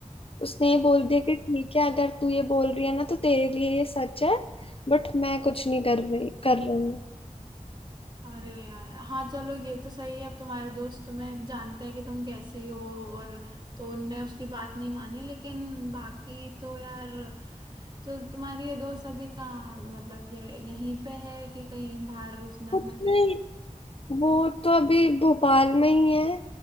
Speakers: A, on the left (about 45°); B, on the right (about 35°).
A: उसने ये बोल दिया कि ठीक है अगर तू ये बोल रही है ना तो तेरे लिए ये सच है बट मैं कुछ नहीं कर रही कर रहा हूँ
B: अरे यार हाँ चलो ये तो सही है अब तुम्हारे दोस्त तुम्हें जानते हैं कि तुम कैसी हो और तो उनने उसकी बात नहीं मानी लेकिन बाकी तो यार तो तुम्हारी ये दोस्त अभी कहाँ मतलब ये यहीं पे है कि कहीं बाहर उसने
A: कुछ
B: अपना
A: नहीं
B: के
A: वो तो अभी भोपाल में ही है